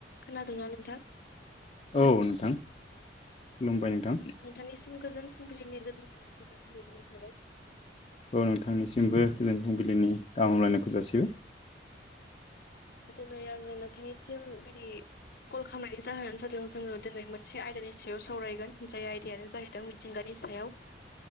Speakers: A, on the left (about 55°); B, on the left (about 35°).
A: खोनादोंना नोंथां
B: औ नोंथां खुलुमबाय नोंथां
A: नोंथांनिसिम गोजोन फुंबिलिनि गोजोन हामलायनायखौ जासिहरग्रोनाय थाबाय
B: औ नोंथांनिसिमबो गोजोन फुंबिलिनि गाहाम हामलायनायखौ जासिबाय
A: दिनै आङो नोंथांनिसिम बिदि कल खालामनायनि जाहोनानो जादों जोङो दिनै मोनसे आयदानि सायाव सावरायगोन जाय आयदायानो जाहैदों मिथिंगानि सायाव